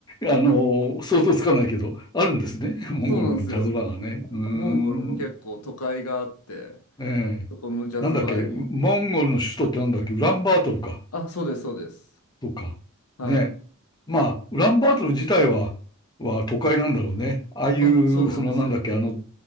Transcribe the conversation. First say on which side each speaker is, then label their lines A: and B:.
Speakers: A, on the left (about 20°); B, on the left (about 85°).
A: あの、想像つかないけど、あるんですね。<laughs> モンゴルにジャズバーがね。
B: そうなんですよ。
A: うーん。
B: モンゴルも結構都会があって、
A: ええ。
B: そこのジャズバーによく行ってます。
A: なんだっけ、うモンゴルの首都ってなんだっけ、ウランバートルか。
B: あ、そうです、そうです。
A: とか。
B: はい。
A: ね。まあ、ウランバートル自体は、は都会なんだろうね。ああいう、
B: あ、そうなんですよ。
A: そのなんだっけ、あの、